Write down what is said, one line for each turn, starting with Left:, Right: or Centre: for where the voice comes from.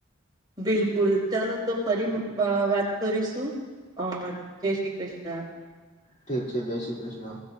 Right: બિલકુલ ચાલો તો ફરી અ વાત કરીશું. હહ જય શ્રી કૃષ્ણ
Left: ઠીક છે જય શ્રી કૃષ્ણ.